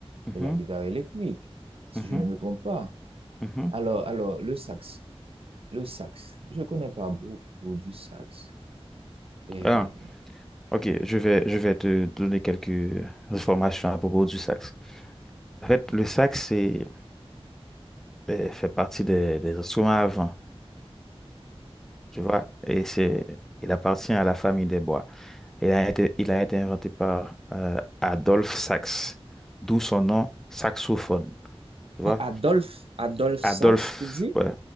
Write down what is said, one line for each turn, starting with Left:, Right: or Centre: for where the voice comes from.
Centre: mhm,
Right: et la guitare électrique, si
Centre: mhm,
Right: je ne me trompe pas.
Centre: mhm.
Right: Alors, alors, le sax, le sax, je connais pas beaucoup du sax. Et
Centre: Ah, ok, je vais, je vais te donner quelques informations à propos du sax. En fait, le sax, c'est, euh, fait partie des, des instruments à vent. tu vois, et c'est, il appartient à la famille des bois. Il a été, il a été inventé par euh, Adolphe Sax, d'où son nom saxophone. Tu
Right: ah,
Centre: vois,
Right: Adolphe, Adolphe
Centre: Adolphe,
Right: Sax, tu dis?
Centre: ouais,